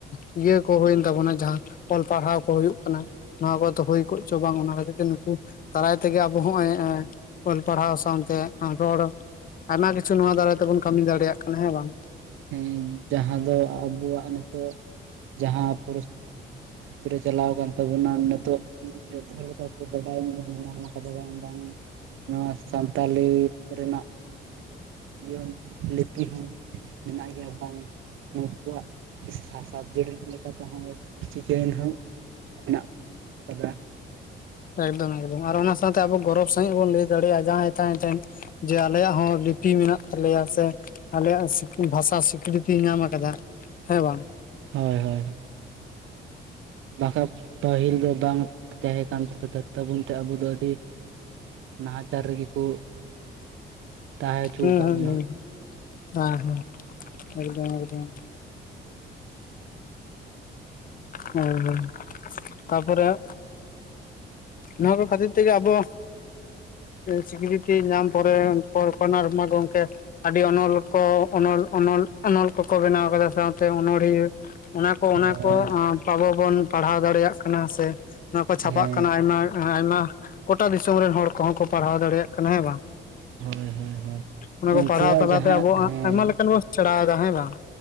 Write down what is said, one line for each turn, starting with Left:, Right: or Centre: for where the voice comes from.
Left: ᱤᱭᱟᱹ ᱠᱚ ᱦᱩᱭᱮᱱ ᱛᱟᱵᱚᱱᱟ ᱡᱟᱦᱟᱸ ᱚᱞ ᱯᱟᱲᱦᱟᱣ ᱠᱚ ᱦᱩᱭᱩᱜ ᱠᱟᱱᱟ ᱱᱚᱣᱟ ᱠᱚᱫᱚ ᱦᱩᱭ ᱠᱚᱜᱪᱚ ᱵᱟᱝ ᱚᱱᱟ ᱠᱷᱟᱹᱛᱤᱨ ᱛᱮ ᱱᱩᱠᱩ ᱫᱟᱨᱟᱭ ᱛᱮᱜᱮ ᱟᱵᱚ ᱦᱚᱸᱜᱼᱚᱭ ᱚᱞ ᱯᱟᱲᱦᱟᱣ ᱥᱟᱶᱛᱮ ᱨᱚᱲ ᱟᱭᱢᱟ ᱠᱤᱪᱷᱩ ᱱᱚᱣᱟ ᱫᱟᱨᱟᱭ ᱛᱮᱵᱚᱱ ᱠᱟᱹᱢᱤ ᱫᱟᱲᱮᱭᱟᱜ ᱠᱟᱱᱟ ᱦᱮᱸ ᱵᱟᱝ
Right: ᱦᱮᱸ ᱡᱟᱦᱟᱸ ᱫᱚ ᱟᱵᱚᱣᱟᱜ ᱱᱤᱛᱚᱜ ᱡᱟᱦᱟ <inaudible> ᱟᱛᱳ ᱨᱮ ᱪᱟᱞᱟᱣ ᱟᱠᱟᱱ ᱛᱟᱵᱚᱱᱟ ᱱᱤᱛᱚᱜ ᱡᱚᱛᱚ ᱞᱮᱠᱟ ᱠᱚ ᱵᱟᱰᱟᱭ ᱧᱟᱢ <unintelligible> ᱱᱚᱣᱟ ᱥᱟᱱᱛᱟᱞᱤ ᱨᱮᱱᱟᱜ ᱤᱭᱟ. ᱞᱤᱯᱤ ᱦᱚᱸ ᱢᱮᱱᱟᱜ ᱜᱮᱭᱟ ᱵᱟᱝ ᱱᱩᱠᱩᱣᱟᱜ ᱥᱟ ᱥᱟᱵᱡᱮᱠᱴ ᱞᱮᱠᱟᱛᱮᱦᱚᱸ ᱪᱤᱠᱟᱹᱭ ᱱᱟ ᱦᱟᱜ ᱢᱮᱱᱟᱜ ᱠᱟᱫᱟ
Left: ᱮᱠᱫᱚᱢ ᱮᱠᱫᱚᱢ ᱟᱨ ᱚᱱᱟ ᱥᱟᱶᱛᱮ ᱟᱵᱚ ᱜᱚᱨᱚᱵᱽ ᱥᱟᱦᱤᱡ ᱵᱚᱱ ᱞᱟᱹᱭ ᱫᱟᱲᱮᱭᱟᱜᱼᱟ ᱡᱟᱦᱟᱸᱭ ᱛᱟᱦᱟᱭ ᱴᱷᱮᱱ ᱡᱮ ᱟᱞᱮᱭᱟᱜ ᱦᱚᱸ ᱞᱤᱯᱤ ᱢᱮᱱᱟᱜ ᱛᱟᱞᱮᱭᱟ ᱥᱮ ᱟᱞᱮᱭᱟᱜ ᱵᱷᱟᱥᱟ ᱥᱤᱠᱨᱤᱛᱤᱭ ᱧᱟᱢ ᱟᱠᱟᱫᱟ ᱦᱮᱸ ᱵᱟᱝ
Right: ᱦᱳᱭ ᱦᱳᱭ ᱵᱟᱠᱷᱟ ᱯᱟᱹᱦᱤᱞ ᱫᱚ ᱵᱟᱝ ᱛᱟᱦᱮᱸ ᱠᱟᱱ ᱛᱟ ᱛᱟᱵᱚᱱ ᱛᱮ ᱟᱵᱚ ᱫᱚ ᱟᱹᱰᱤ ᱱᱟᱦᱟᱪᱟᱨ ᱨᱮᱜᱮ ᱠᱚ ᱛᱟᱦᱮᱸ ᱦᱚᱪᱚ
Left: ᱦᱮᱸ
Right: ᱟᱠᱟᱫ
Left: ᱦᱩᱸ
Right: ᱵᱚᱱᱟ
Left: ᱦᱩᱸ ᱦᱮᱸ ᱦᱮᱸ ᱮᱠᱫᱚᱢ ᱮᱠᱫᱚᱢ ᱦᱳᱭ ᱦᱳᱭ ᱛᱟᱨᱯᱚᱨᱮ ᱦᱟᱜ ᱱᱚᱣᱟ ᱠᱚ ᱠᱷᱟᱹᱛᱤᱨ ᱛᱮᱜᱮ ᱟᱵᱚ ᱥᱤᱠᱨᱤᱛᱤ ᱧᱟᱢ ᱯᱚᱨᱮ ᱯᱚᱨ‌ ᱠᱷᱚᱱ ᱟᱭᱢᱟ ᱜᱚᱢᱠᱮ ᱟᱹᱰᱤ ᱚᱱᱚᱞ ᱠᱚ ᱚᱱᱚᱞ ᱚᱱᱚᱞ ᱚᱱᱚᱞ ᱠᱚᱠᱚ ᱵᱮᱱᱟᱣ ᱟᱠᱟᱫᱟ ᱥᱟᱶᱛᱮ ᱚᱱᱚᱲᱦᱤᱭᱟᱹ ᱚᱱᱟ ᱠᱚ ᱚᱱᱟ
Right: ᱦᱳᱭ
Left: ᱠᱚ ᱟᱵᱚ ᱵᱚᱱ ᱯᱟᱲᱦᱟᱣ ᱫᱟᱲᱮᱭᱟᱜ ᱠᱟᱱᱟ ᱥᱮ ᱱᱚᱣᱟ ᱠᱚ
Right: ᱦᱮᱸ
Left: ᱪᱷᱟᱯᱟᱜ ᱠᱟᱱᱟ ᱥᱮ ᱟᱭᱢᱟ ᱟᱭᱢᱟ ᱜᱳᱴᱟ ᱫᱤᱥᱚᱢ ᱨᱮᱱ ᱦᱚᱲ ᱠᱚᱦᱚᱸ ᱠᱚ ᱯᱟᱲᱦᱟᱣ ᱫᱟᱲᱮᱭᱟᱜ ᱠᱟᱱᱟ ᱦᱮᱸ ᱵᱟᱝ
Right: ᱦᱳᱭ ᱦᱳᱭ ᱦᱳᱭ
Left: ᱚᱱᱟ
Right: ᱩᱱᱠᱩᱣᱟᱜ
Left: ᱠᱚ ᱯᱟᱲᱦᱟᱣ ᱛᱟᱞᱟᱛᱮ
Right: ᱡᱟᱦᱟᱸ
Left: ᱟᱵᱚᱦᱟᱜ
Right: ᱦᱮᱸ
Left: ᱟᱭᱢᱟ ᱞᱮᱠᱟᱱ ᱵᱚᱱ ᱥᱮᱬᱟᱭᱫᱟ ᱦᱮᱸ ᱵᱟᱝ